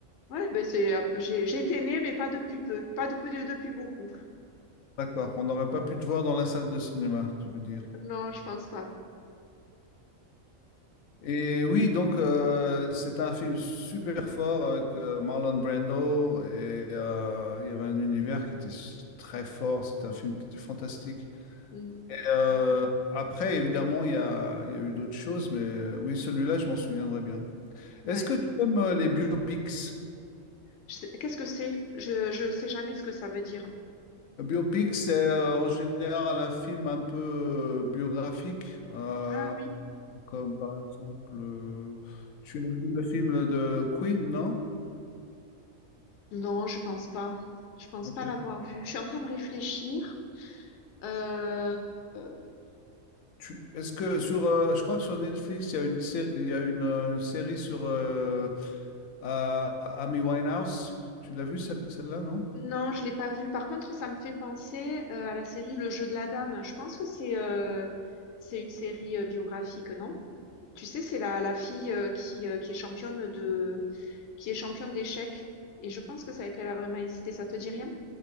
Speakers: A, on the left; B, on the left.
A: Ouais, ben c'est, euh, j'ai, j'étais née, mais pas depuis peu, pas depuis, depuis beaucoup.
B: D'accord. On n'aurait pas pu te voir dans la salle de cinéma, tu peux dire.
A: Non, je pense pas.
B: Et oui, donc euh, c'est un film super fort avec euh, Marlon Brando et euh, il y avait un univers qui était s- très fort. C'est un film qui était fantastique.
A: Mm.
B: Et, euh,
A: Ouais.
B: après, évidemment, il y a, il y a eu d'autres choses, mais euh, oui, celui-là, je m'en souviendrai bien.
A: Ouais.
B: Est-ce que tu aimes euh, les biopics?
A: Je sais- Qu'est-ce que c'est? Je, je sais jamais ce que ça veut dire.
B: Un biopic, c'est euh, en général un film un peu euh, biographique, euh,
A: Ah oui.
B: comme par exemple, euh, tu as vu le film de Queen, non?
A: Non, je pense pas. Je pense
B: Ok.
A: pas l'avoir vu. Je suis en train de réfléchir. Euh, euh,
B: Tu- Est-ce que sur, euh, je crois que sur Netflix, il y a une série, il y a une, euh, une série sur euh, euh, Amy Winehouse. Tu l'as vue celle, celle-là, non?
A: non, je l'ai pas vu. Par contre, ça me fait penser euh, à la série Le Jeu de la Dame. Je pense que c'est euh, c'est une série euh, biographique, non? Tu sais, c'est la, la fille euh, qui, euh, qui est championne de, qui est championne d'échecs. Et je pense que ça, qu'elle a vraiment existé. Ça te dit rien?